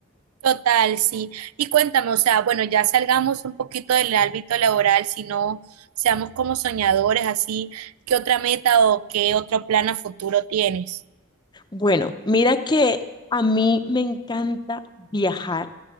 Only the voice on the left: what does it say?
Bueno, mira que a mí me encanta viajar.